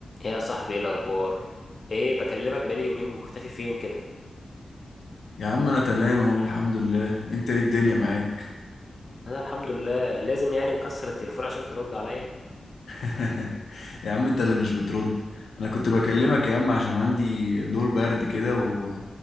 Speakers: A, on the left; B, on the left.
A: ايه يا صاحبي ايه الاخبار ايه بكلمك بقالي يومين مختفي فين كده
B: يا عم انا تمام اهو الحمد لله انت ايه الدنيا معاك
A: انا الحمد لله لازم يعني نكسر التليفون عشان ترد عليا
B: <laughs> يا عم انت اللي مش بترد انا كنت بكلمك يا عم عشان عندي دور برد كده و...